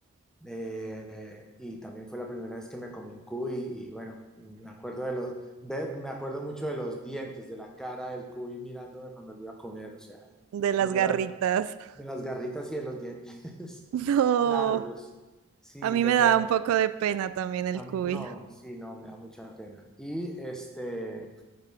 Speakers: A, in the centre; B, on the right.
A: Eh, y también fue la primera vez que me comí un cuy y y bueno, me acuerdo de los, de- me acuerdo mucho de los dientes, de la cara del cuy mirándome cuando lo iba a comer, o sea,
B: de las
A: no era
B: garritas. <laughs>
A: de las garritas y de los dientes <laughs>
B: No,
A: largos. Sí,
B: a mí
A: qué
B: me
A: pena.
B: daba un poco de pena también el
A: Am-
B: cuy.
A: no, sí, no, me da mucha pena. Y este,